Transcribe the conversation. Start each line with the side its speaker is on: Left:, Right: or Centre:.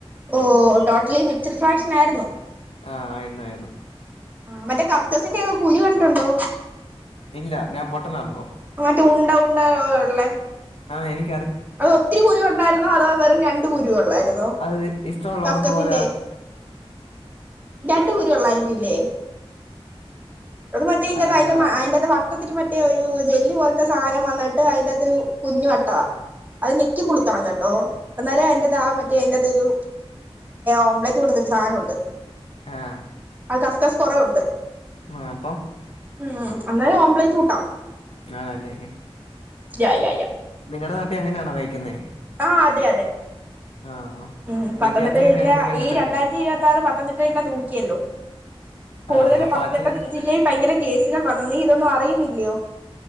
Right: ഓ ടോ ട്ട്ലി മിക്സർ ഫ്രാക്ഷൻ ആയിര്ന്നു.
Left: ആഹ്. ആയിരുന്നായിരുന്നു.
Right: ആ മറ്റേ കസ്കസിന്റെക്കെ കുരു കണ്ട്ട്ടുണ്ടോ?
Left: ഇല്ല ഞാൻ പൊട്ടനാണല്ലോ
Right: മറ്റേ ഉണ്ട ഉണ്ട ഉള്ളേ.
Left: ആഹ് എനി
Right: അതൊത്തിരി കുരു ഉണ്ടായിരുന്നോ അതോ വെറും രണ്ട് കുരു ഉള്ളായിരുന്നോ?
Left: അത് ഇഷ്ടമുള്ളവർക്ക്
Right: കസ്കസിന്റെ
Left: പോലെ
Right: രണ്ട് കുരു ഉള്ളായിരിക്കുല്ലേ? അത് മറ്റേ ഇയ്ന്റാത്ത്
Left: ആഹ്
Right: അയ്ന്റെ അയ്ന്റെ വട്ടത്തില് മറ്റേ ഒരു ജെല്ലി പോൽത്തെ സാനം വന്നിട്ട് അയ്ന്റെത്തൊരു കുഞ്ഞു വട്ടാ. അത് ഞെക്കി പുളിക്കണം കേട്ടോ അന്നേരം അയ്ന്റെ ത്ത് ആ മറ്റേ അയ്ന്റെത്തൊരു ഓംലറ്റ് കൂട്ടത്തരു സാനവുണ്ട്.
Left: ആഹ്.
Right: ആ കസ്കസ് കൊറേ ഉണ്ട്.
Left: ആഹ് അപ്പം
Right: ഉം അന്നേരം ഓംലെറ്റ് കൂട്ടാം.
Left: ആണല്ലേ.
Right: യാ യാ യാ
Left: നിങ്ങളടെ നാ- അങ്ങനെയണോ കഴിക്കുന്നേ
Right: ആ അതെ അതെ
Left: ആഹ്
Right: ഉം പത്തനംതിട്ട
Left: വീട്ടിൽ അച്ഛനൊക്കെ
Right: ജില്ലാ
Left: അങ്ങനെയല്ലേ
Right: ഈ
Left: മേടിച്ചത്
Right: രണ്ടായിരത്തി ഇരുപത്തി ആറ് പത്തനംതിട്ട ജില്ല തൂക്കിയല്ലോ കൂടുതലും
Left: ആഹ അപ്പൊ
Right: പത്തനംതിട്ട
Left: അച്ഛന്
Right: ജില്ലയിൽ ഭയങ്കര കേസുകൾ വന്നു നീ ഇതൊന്നും അറിയുന്നില്ലയോ